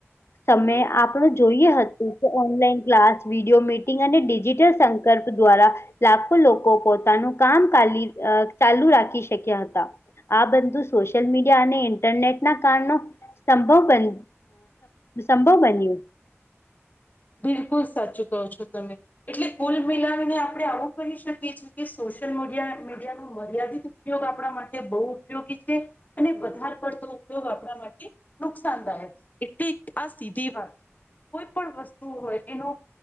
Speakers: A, on the left; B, on the left.
A: સમય આપણો જોઈએ હતુ, કે ઓનલાઈન ક્લાસ વિડીિયો મીટિંગ અને ડિજિટલ સંકલ્પ દ્વારા લાખો લોકો પોતાનું કામા ચાલુ રાખી શક્યા હતા આ બધું સોશિયલ મીડિયા અને ઇન્ટરનેટ ના કારનો સંભવ બન સંભવ બન્યુ
B: બિલકુલ સાચું કહો છો તમે એટલે કુલ મિલાવીને આપડણે આવું કહી શકીએ છએ. સોશિયલ મડ મીડિયા ન મર્યાદિત ઉપયોગ આપણા માટે બહુ ઉપયોગી છે. અને વધારે પડતો ઉપયોગ આપણા માટે નુકસાનદાયક છે, એટલે આ સીધી વાત છે. કોઈ પણ વસ્તુ હોય, એનો